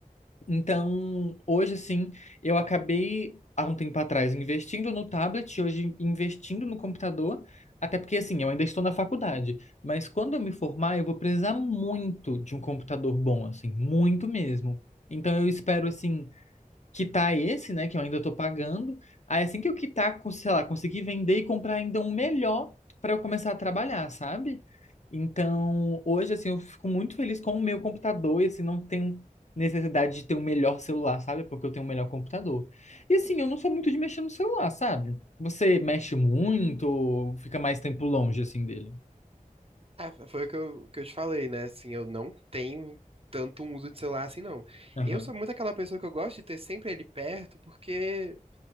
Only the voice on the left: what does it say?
Então, hoje, assim, eu acabei, há um tempo atrás, investindo no tablet, hoje investindo no computador, até porque, assim, eu ainda estou na faculdade, mas quando eu me formar, eu vou precisar muito de um computador bom, assim, muito mesmo. Então, eu espero, assim, quitar esse, né, que eu ainda estou pagando. Aí assim que eu quitar, cons- sei lá, conseguir vender e comprar ainda um melhor para eu começar a trabalhar, sabe? Então, hoje assim, eu fico muito feliz com o meu computador e assim não tenho necessidade de ter um melhor celular, sabe? Porque eu tenho um melhor computador. E assim, eu não sou muito de mexer no celular, sabe? Você mexe muito ou fica mais tempo longe assim dele?
Aham.